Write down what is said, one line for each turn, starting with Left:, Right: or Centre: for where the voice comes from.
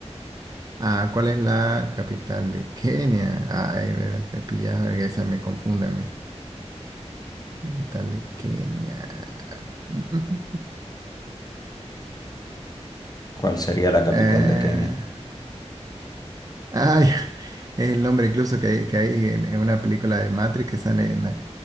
Right: Ah, ¿cuál es la capital de Kenia? Ay, ver, me pillaba, esa me confunde a mí. Capital de Kenia. Mm, mm, mm. mm.
Left: ¿Cuál sería la capital
Right: Eh,
Left: de Kenia?
Right: Ay, <laughs> el nombre incluso que hay, que hay en, en una película de Matrix que sale en Na-